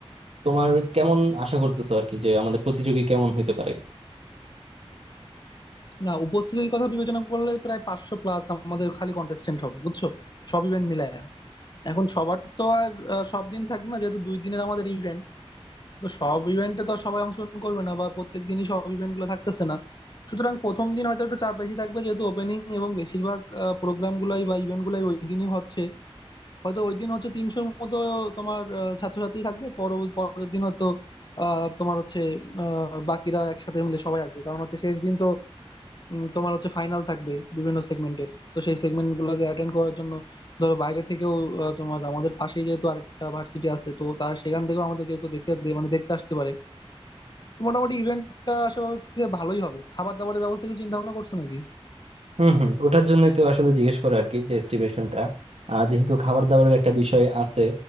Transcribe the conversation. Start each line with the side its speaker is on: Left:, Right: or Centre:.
Right: তোমার কেমন আশা করতেছো আর কি যে আমাদের প্রতিযোগী কেমন হইতে পারে
Left: না উপস্থিতির কথা বিবেচনা করলে প্রায় পাঁচশো প্লাস আমাদের খালি কন্টেস্টেন্ট হবে বুঝছো সব ইভেন্ট মিলায়া এখন সবার তো আর আহ, সব দিন থাকবে না যেহেতু দুই দিনের আমাদের ইভেন্ট তো সব ইভেন্টে তো আর সবাই অংশগ্রহণ করবে না বা প্রত্যেক দিনই সব ইভেন্ট গুলো থাকতেছে না সুতরাং প্রথম দিন হয়তো একটু চাপ বেশি থাকবে যেহেতু ওপেনিং এবং বেশিরভাগ প্রোগ্রাম গুলাই বা ইভেন্ট গুলাই ওই দিনই হচ্ছে হয়তো ওই দিন হচ্ছে তিনশোর মতো তোমার আহ, ছাত্রছাত্রী থাকবে পর পরের দিন হয়তো আহ তোমার হচ্ছে আহ বাকিরা একসাথে মিলে সবাই আসবে কারণ হচ্ছে শেষ দিন তো উম, তোমার হচ্ছে ফাইনাল থাকবে বিভিন্ন সেগমেন্টের তো সেই সেগমেন্ট গুলোকে অ্যাটেন্ড করার জন্য ধরো বাইরে থেকেও আহ, তোমার আমাদের পাশেই যেহেতু আরেকটা ভার্সিটি আছে তো তারা সেখান থেকেও আমাদেরকে একটু দেখতে দে- মানে দেখতে আসতে পারে তো মোটামুটি ইভেন্টটা আশা করছি যে ভালোই হবে খাবার দাবারের ব্যবস্থা কিছু চিন্তা ভাবনা করছো নাকি
Right: হুম হুম ওটার জন্যই তো আসলে জিজ্ঞেস করা আর কি যে এস্টিমেশনটা যেহেতু খাবার দাবারের একটা বিষয় আছে